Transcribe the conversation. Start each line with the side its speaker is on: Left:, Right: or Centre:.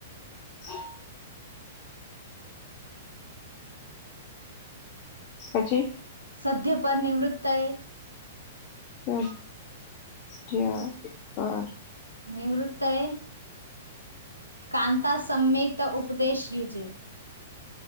Left: <inaudible> પછી.
Right: સધ્ય પર નિવૃત્તએ.
Left: <unintelligible>
Right: નિવૃત્તતા એ કાન્તા સમમેત ઉપદેશ યુજે.